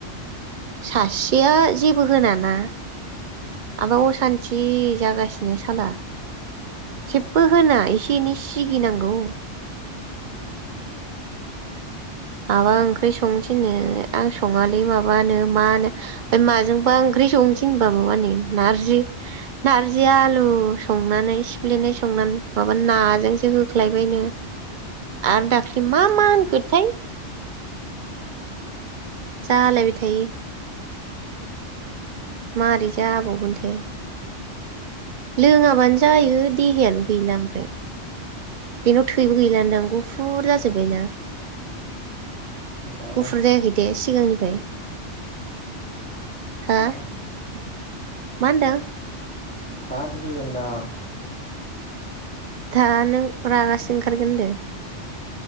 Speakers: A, on the right; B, in the centre.
A: सासेया जेबो होनाना। आबा असान्थि जागासिनो साला जेबो होना एसे एनै सिगि नांगौ माबा ओंख्रि संनोथिनो आं सङालै माबानो मानो माजोंबा ओंख्रि संनोथिनबाबो माने नारजि। नारजि आलु संनानै सिफ्लेनाय संनानै माबा नाजोंसो होख्लायबायनो आरो दाख्लै मा मा होनखोथाय जालायबाय थायो। माबोरै जाबावगोन थाय। लोङाबानो जायो देहायानो गैला ओमफ्राय बेनाव थैबो गैला होनदां गुफुर जाजोब्बाय ना?
B: बादो
A: गुफुर जायाखै दे सिगांनिफ्राय, हा
B: बादो
A: मा होनदों?
B: बाद हो होदों आं।
A: दा नों रागासो जोंनो ओंखारगोन होनदों।